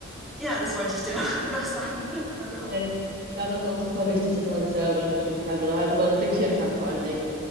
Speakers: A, in the centre; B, on the right (about 50°).
A: Ja, das wollte ich dir <laughs> noch, noch sagen <laughs> darüber.
B: Ja, ich glaube, das ist auch super wichtig, dass man sich selber beschäftigen kann oder halt drüber reflektieren kann, vor allen Dingen.